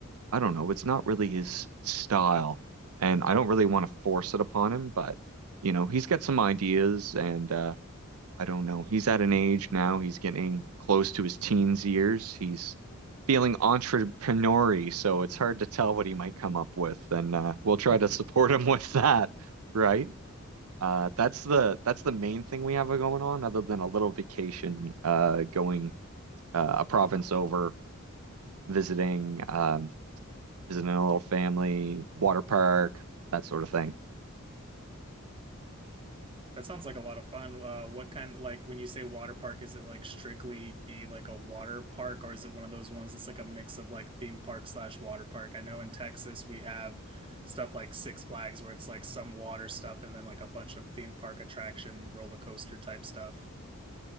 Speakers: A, on the right (about 90°); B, on the right (about 25°).
A: I don't know, it's not really his style. And I don't really want to force it upon him, but, you know, he's got some ideas and, uh, I don't know. He's at an age now, he's getting close to his teens years. He's feeling entrepreneurial, so it's hard to tell what he might come up with. And, uh, we'll try
B: <laughs>
A: to support him <laughs> with that, right? Uh, that's the that's the main thing we have going on, other than a little vacation, uh, going uh, a province over, visiting, um, visiting a little family, water park, that sort of thing.
B: That sounds like a lot of fun. Uh, what kind, like when you say water park, is it like strictly like a water park, or is it one of those ones that's like a mix of like theme park slash water park? I know in Texas we have stuff like Six Flags where it's like some water stuff and then like a bunch of theme park attraction, roller coaster type stuff.